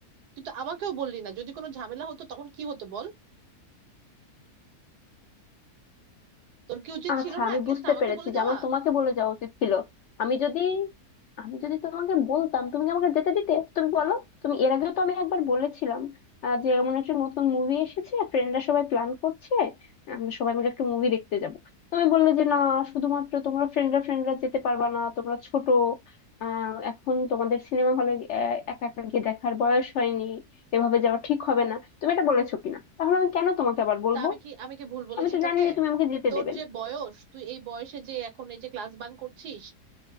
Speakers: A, on the right; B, on the left.
A: তুই তো আমাকেও বললি না যদি কোনো ঝামেলা হতো তখন কি হতো বল তোর কি উচিত
B: আচ্ছা
A: ছিল না
B: আমি
A: অ্যাটলিস্ট
B: বুঝতে
A: আমাকে
B: পেরেছি
A: বলে
B: যে
A: যাওয়া
B: আমার তোমাকে বলে যাওয়া উচিত ছিল আমি যদি আমি যদি তোমাকে বলতাম তুমি কি আমাকে যেতে দিতে তুমি বলো তুমি এর আগেও তো আমি একবার বলেছিলাম আহ, যে এমন একটা নতুন মুভি এসেছে ফ্রেন্ডরা সবাই প্ল্যান করছে আমরা সবাই মিলে একটু মুভি দেখতে যাব তুমি বললে যে না শুধুমাত্র তোমরা ফ্রেন্ডরা ফ্রেন্ডরা যেতে পারবা না তোমরা ছোট আহ এখন তোমাদের সিনেমা হলে একা একা গিয়ে দেখার বয়স হয়নি এভাবে যাওয়া ঠিক হবে না তুমি এটা বলেছো কিনা তাহলে আমি কেন তোমাকে আবার বলবো
A: তা আমি কি আমি কি ভুল বলেছি
B: আমি তো
A: তোকে
B: জানি যে তুমি আমাকে যেতে
A: তোর
B: দেবে
A: যে
B: না
A: বয়স তুই এই বয়সে যে এখন এই যে ক্লাস বাঙ্ক করছিস